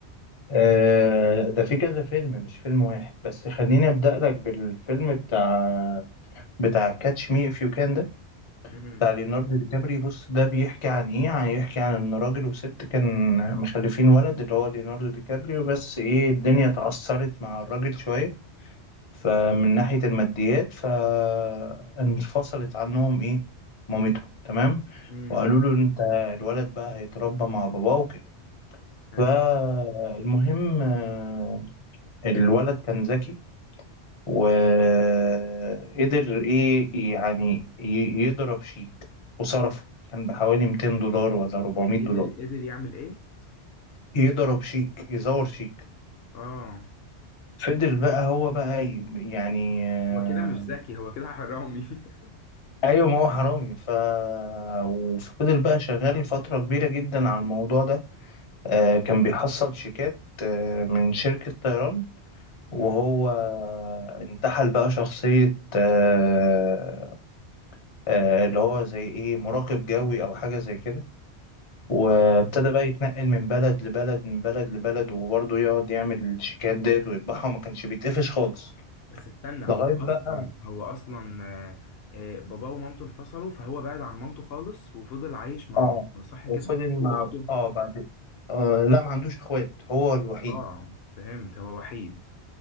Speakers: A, on the left (about 35°); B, on the left (about 65°).
A: آه، ده في كذا فيلم مش فيلم واحد بس خليني أبدأ لك بالفيلم بتاع بتاع كاتش مي إف يو كان ده
B: امم
A: بتاع ليوناردو دي كابري بص ده بيحكي عن إيه يعني يحكي عن إن راجل وست كان مخلفين ولد اللي هو ليوناردو دي كابري بس إيه الدنيا اتعثرت مع الراجل شوية فمن ناحية الماديات فانفصلت عنهم إيه مامته تمام
B: امم
A: وقالوا له أنت الولد بقى هيتربى مع باباه وكده
B: حلو
A: فالمهم آه، الولد كان ذكي وقدر ايه يعني ي- يضرب شيك وصرفه كان بحوالي 200 دولار ولا 400 دولار
B: قدر قدر يعمل إيه؟
A: يضرب شيك يزور شيك
B: آه
A: فضل بقى هو بقى ي- يعني آه،
B: هو كده مش ذكي هو كده حرامي <laughs>
A: ايوه ما هو حرامي ف وفضل بقى شغال فترة كبيرة جدا على الموضوع ده آه، كان بيحصل شيكات آه، من شركة طيران وهو
B: مم،
A: انتحل بقى شخصية آه، آه، اللي هو زي ايه مراقب جوي او حاجة زي كده وابتدى
B: تمام.
A: بقى يتنقل من بلد لبلد من بلد لبلد وبرضه يقعد يعمل الشيكات ديت ويطبعها وما كانش بيتقفش خالص
B: بس استنى هو
A: لغاية بقى
B: اصلا هو اصلا آه، آه، باباه ومامته انفصلوا فهو بعد عن مامته خالص وفضل عايش مع
A: اه
B: بابا، صح كده
A: وفضل
B: واخته
A: مع اه بعد آه لا ما عندوش اخوات هو الوحيد
B: اه فهمت هو وحيد